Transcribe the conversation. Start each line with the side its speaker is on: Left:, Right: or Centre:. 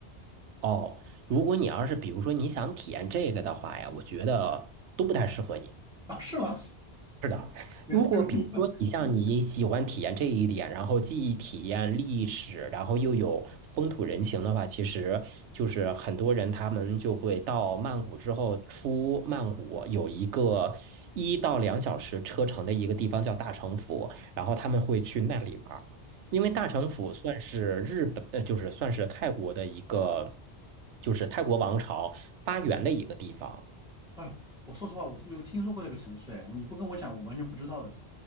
Right: 哦，如果你要是比如说你想体验这个的话呀，我觉得都不太适合你。
Centre: 啊，是吗？<laughs>
Right: 是的，
Centre: 原来如此。
Right: 如果比如说你像你喜欢体验这一点，然后既体验历史，然后又有风土人情的话，其实就是很多人他们就会到曼谷之后，出曼谷有一个一到两小时车程的一个地方叫大城府，然后他们会去那里玩儿因为大城府算是日本，呃，就是算是泰国的一个，就是泰国王朝发源的一个地方。
Centre: 哎呦，我说实话，我都没有听说过这个城市，哎，你不跟我讲，我完全不知道的。